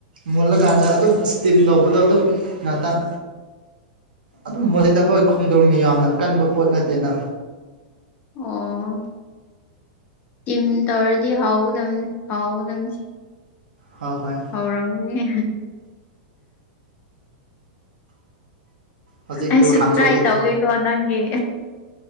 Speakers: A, on the right; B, on the left.
A: ꯃꯨꯜꯂꯀꯥꯟꯗ ꯑꯗꯨꯝ ꯏꯁꯇꯤꯝ ꯇꯧꯕꯗꯣ ꯑꯗꯨꯝ ꯉꯍꯥꯛꯇꯟ ꯑꯗꯨꯝ ꯃꯨꯜꯂꯤꯗꯥ ꯍꯣꯏ ꯈꯣꯡꯗ꯭ꯔꯝ ꯌꯥꯝꯅ ꯀꯟꯕ ꯄꯣꯠ ꯅꯠꯇꯦꯅ
B: ꯑꯣ ꯇꯤꯝ ꯇꯧꯔꯗꯤ ꯍꯥꯎꯒꯗꯝꯕꯅꯤ ꯍꯥꯎꯒꯗꯝꯕꯅꯤ
A: ꯍꯣ ꯍꯣꯏ
B: ꯍꯧꯔꯝꯅꯦ
A: ꯍꯧꯖꯤꯛꯇꯨ
B: ꯑꯩꯁꯨ
A: ꯍꯥꯡꯗꯣꯛꯑꯦ
B: ꯇ꯭ꯔꯥꯏ ꯇꯧꯒꯦꯀꯣ
A: ꯇꯨ
B: ꯅꯪꯒꯤ